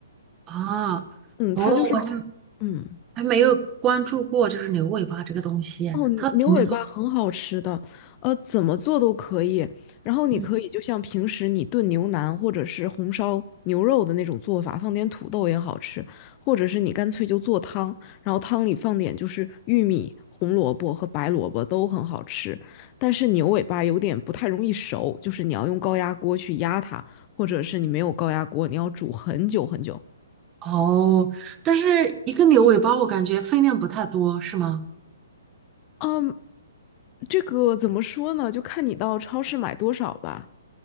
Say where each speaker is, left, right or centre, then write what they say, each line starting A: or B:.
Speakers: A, on the right (about 20°); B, on the left (about 30°).
A: 啊？
B: 嗯，
A: 哦，
B: 它就是，
A: 我还
B: 嗯，
A: 还没有关注过，就是牛尾巴这个东西哎，
B: 哦，
A: 它怎么做？
B: 牛尾巴很好吃的，呃，怎么做都可以。然后你可以就像平时你炖牛腩或者是红烧牛肉的那种做法，
A: 嗯，
B: 放点土豆也好吃，或者是你干脆就做汤，然后汤里放点就是玉米、红萝卜和白萝卜都很好吃。但是牛尾巴有点不太容易熟，就是你要用高压锅去压它，或者是你没有高压锅，你要煮很久很久。
A: 哦，但是一个牛尾巴我感觉分量不太多，是吗？
B: 嗯，这个怎么说呢？就看你到超市买多少吧。